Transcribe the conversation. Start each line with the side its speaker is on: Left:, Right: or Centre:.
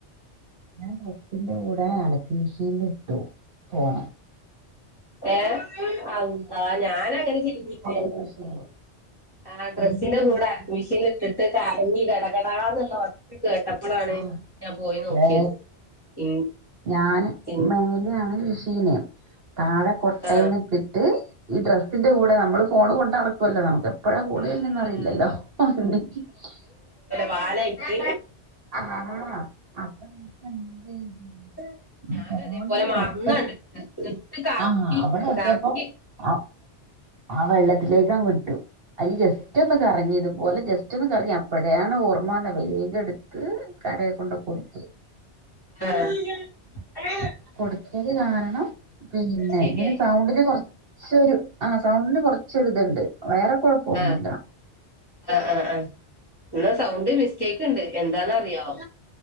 Right: ഞാൻ ഡ്രസിന്റെ കൂടെ അലക്കു മെഷീൻല് ഇട്ടു ഫോണ്
Left: ഏ അള്ളാ ഞാനങ്ങനെ ചെ തിരിഞ്ഞിലേ
Right: അലക്ക് മെഷീനിൽ
Left: ആ ഡ്രസിന്റെ
Right: എന്നിട്ട്
Left: കൂടെ
Right: എന്തായി
Left: അഡ് മിഷിൻല് ഇട്ടിട്ട് കറങ്ങി <unintelligible> എടാന്നുള്ള ഒച്ച കേട്ടപ്പളാണ്
Right: ആഹ്
Left: ഞാൻ പോയി നോക്കിയത്
Right: ഏ
Left: ഇൻ
Right: ഞാൻ
Left: ഇൻ
Right: മേലേണ് മിഷീന് താഴെ കൊട്ടേന്ന്
Left: ആഹ്
Right: ഇട്ടിട്ട് ഈ ഡ്രസ്സിന്റെ കൂടെ നമ്മള് ഫോണ് കൊണ്ട് നടക്കുവല്ലോ നമക്ക് എ എപ്പഴാ കൂടി
Left: ആഹ്
Right: വെര്ണ്ന്ന് അറിയില്ലല്ലോ <unintelligible>
Left: പാലൈക്ക്
Right: ആഹ് അപ്പൊ <inaudible>
Left: പം ഞാനു
Right: ഫോണിന്റെ
Left: അതേപോലെ മറന്നണ്ട്
Right: കൊട്ട
Left: ഇട്ട് ഇട്ട് കറക്കി
Right: ആഹ് അവിടെ എത്തിയപ്പോ
Left: കറക്കി
Right: ആ ആ വെള്ളത്തിലേക്കങ്ങിട്ടു അയ്ല് ജസ്റ്റ് ഒന്ന് കറങ്ങി ഇത്പോലെ ജസ്റ്റ് ഒന്ന് കറങ്ങി അ അപ്പഴാണ് ഓർമ്മ വന്നത് വേഗം എടുത്ത് കടേകൊണ്ട് കൊടുത്ത്
Left: ഗ്യാഹ
Right: കൊടുത്തത് കാരണം പിന്നെ
Left: ശരിയായി
Right: ഇതിൻ്റെ സൗണ്ടില് കൊറച്ചൊരു ആ സൗണ്ടിന് കുറച്ചൊര് ഇതുണ്ട് വേറെ കുഴപ്പമൊന്നുമില്ല
Left: ആ ആ ആ ആ ഇന്ന സൗണ്ട് മിസ്റ്റേ ക്ക് ണ്ട് എന്താന്നറിയോ